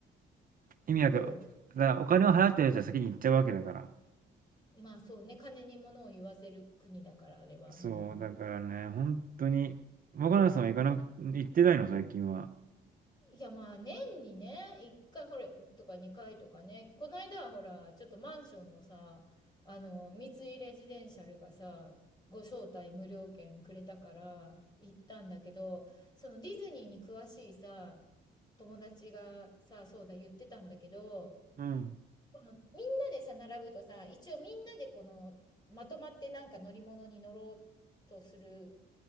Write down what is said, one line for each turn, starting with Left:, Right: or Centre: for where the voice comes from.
Right: 意味わかる。
Left: そ
Right: だお金を払ってるやつは先に行っちゃうわけだから。
Left: う。まあそうね、金に物を言わせる国だから、あれは。
Right: そう、
Left: うん。
Right: だからね、本当に。若菜さんは行かなく、行ってないの、最近は。
Left: いやまあ年にね、1回ほらとか2回とかね、この間はほら、ちょっとマンションのさ、あの、三井レジデンシャルがさ、ご招待無料券くれたから行ったんだけど、そのディズニーに詳しいさ、友達がさ、そうだ言ってたんだけど、
Right: うん。
Left: このみんなでさ、並ぶとさ、一応みんなでこの、まとまってなんか乗り物に乗ろうとする、